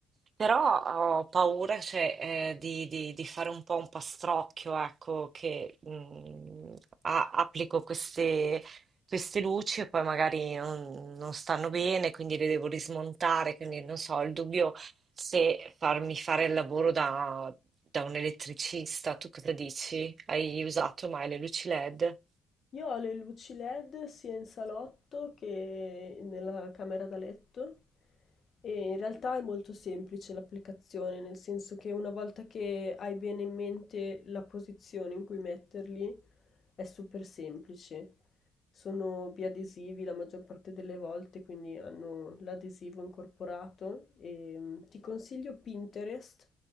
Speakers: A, on the right (about 45°); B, on the left (about 50°).
A: Però ho paura, cioè, eh, di, di- di fare un po' un pastrocchio, ecco, che mm, a- applico queste, queste luci e poi magari non, non stanno bene, quindi le devo rismontare, quindi non so, il dubbio se farmi fare il lavoro da, da un elettricista. Tu cosa dici? Hai usato mai le luci LED?
B: Io ho le luci LED sia in salotto che nella camera da letto e in realtà è molto semplice l'applicazione, nel senso che una volta che hai bene in mente la posizione in cui metterli, è super semplice. Sono biadesivi la maggior parte delle volte, quindi hanno l'adesivo incorporato e mm, ti consiglio Pinterest